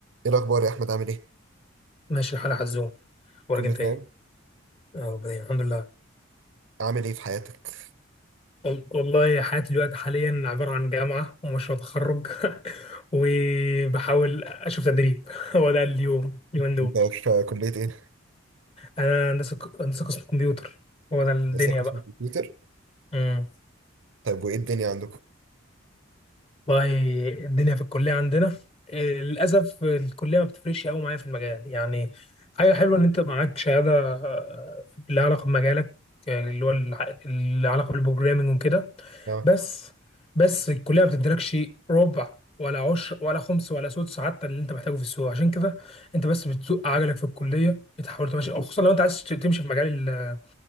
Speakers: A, on the right; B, on the left.
A: ايه الاخبار يا احمد عامل ايه
B: ماشي الحال يا حزوم اخبارك
A: كله
B: انت
A: تمام
B: ايه؟ اه ربنا الحمد لله
A: عامل ايه في حياتك
B: وال- والله حياتي دلوقتي حاليا عبارة عن جامعة ومشروع تخرج <laughs> وبحاول اشوف تدريب <laughs> هو ده اليوم اليومين دول
A: انت في كليه ايه
B: انا هندسة ك- هندسة قسم كمبيوتر هو ده الدنيا
A: لسه قسم كمبيوتر
B: بقى
A: طيب وايه الدنيا عندكم
B: والله الدنيا في الكلية عندنا إيه، للأسف الكلية ما بتفرقش قوي معايا في المجال يعني حاجة حلوة إن أنت معاك شهادة آه، لها علاقة بمجالك آه، اللي هو الع- اللي علاقة بالبروجرامينج وكده
A: اه
B: بس بس الكلية ما بتديلكش ربع ولا عشر ولا خمس ولا سدس حتى اللي أنت محتاجه في السوق عشان كده أنت بس بتسوق عجلك في الكلية بتحاول تمشي خصوصا لو أنت عايز تمشي في مجال ال-